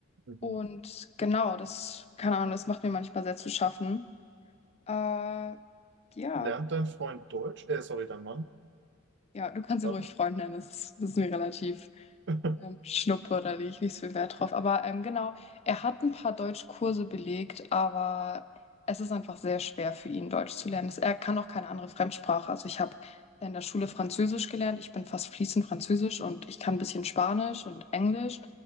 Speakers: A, on the right (about 55°); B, on the left (about 30°).
A: Mhm.
B: Und genau, das, keine Ahnung, das macht mir manchmal sehr zu schaffen. Äh, ja.
A: Lernt dein Freund Deutsch? Äh, sorry, dein Mann,
B: Ja, du kannst
A: Partner.
B: ihn ruhig Freund nennen, das ist, das ist mir relativ
A: <laughs>
B: ähm, Schnuppe, da lege ich nicht so viel Wert drauf. Aber ähm, genau, er hat ein paar Deutschkurse belegt, aber es ist einfach sehr schwer für ihn, Deutsch zu lernen. Es- Er kann auch keine andere Fremdsprache. Also ich habe in der Schule Französisch gelernt, ich bin fast fließend Französisch und ich kann ein bisschen Spanisch und Englisch